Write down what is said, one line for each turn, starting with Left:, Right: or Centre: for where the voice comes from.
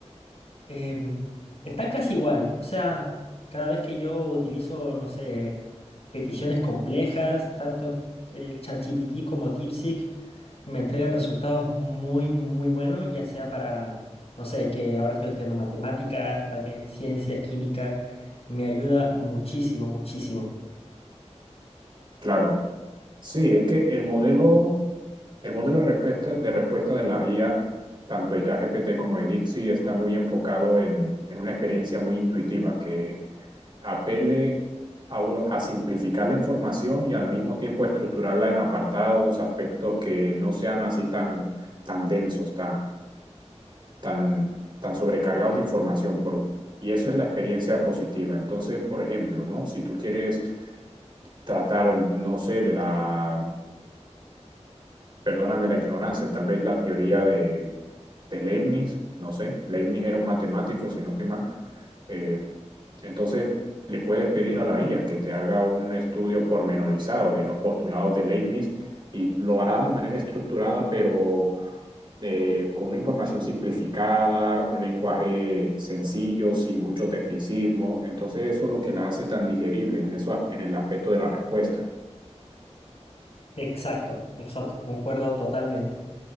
Left: em, están casi igual. O sea, cada vez que yo utilizo, no sé, peticiones complejas, tanto el ChatGPT como DeepSeek me entregan resultados muy, muy buenos, ya sea para, no sé, que ahora estoy estudiando matemáticas, también ciencias, química. Me ayuda muchísimo, muchísimo.
Right: Claro, sí, es que el modelo, el modelo de respuesta de respuesta de la IA, tanto de ChatGPT como de DeepSeek, está muy enfocado en, en una experiencia muy intuitiva que apele a, u- a simplificar la información y al mismo tiempo estructurarla en apartados, aspectos que no sean así tan, tan densos, tan, tan sobrecargados de información, por, y eso es la experiencia positiva. Entonces, por ejemplo, ¿no? Si tú quieres tratar, no sé, de la, perdóname la ignorancia, tal vez la teoría de, de Leibniz, no sé, Leibniz era un matemático, si no estoy mal, eh, entonces, le puedes pedir a la IA que te haga un estudio pormenorizado de los postulados de Leibniz y lo hará de manera estructurada, pero eh, con una información simplificada, un lenguaje sencillo, sin mucho tecnicismo. Entonces, eso es lo que la hace tan digerible en, eso, en el aspecto de la respuesta.
Left: Exacto, exacto, concuerdo totalmente.